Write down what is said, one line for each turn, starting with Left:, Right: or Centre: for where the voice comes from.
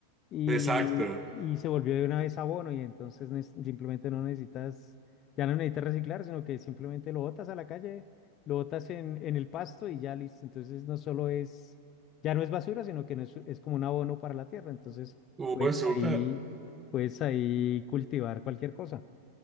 Left: y,
Right: Exacto.
Left: y se volvió de una vez abono y entonces no es- simplemente no necesitas, ya no necesitas reciclar, sino que simplemente lo botas a la calle, lo botas en, en el pasto y ya listo. Entonces no solo es, ya no es basura, sino que no es, es como un abono para la tierra. Entonces
Right: Uy,
Left: puedes
Right: súper.
Left: ahí, puedes ahí cultivar cualquier cosa.